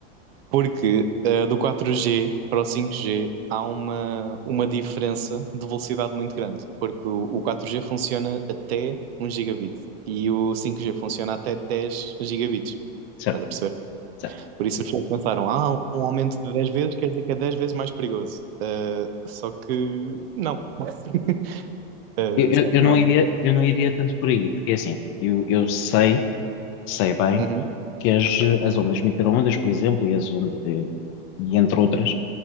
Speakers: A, on the right; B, on the left.
A: Porque eh, do 4G para o 5G há uma, uma diferença de velocidade muito grande, porque o, o 4G funciona até um gigabit e o 5G funciona até 10 gigabits.
B: certo,
A: Estás a perceber?
B: certo.
A: Por isso as pessoas pensaram, ah, um aumento de 10 vezes quer dizer que é 10 vezes mais perigoso. Eh, só que não. <laughs> Eh,
B: Eu,
A: só
B: eu-
A: que
B: eu não
A: não.
B: iria, eu não iria tanto por aí, porque é assim, eu, eu sei, sei bem
A: Uhum,
B: que as, as ondas micro-ondas, por exemplo, e, as ondas, eh, e entre outras,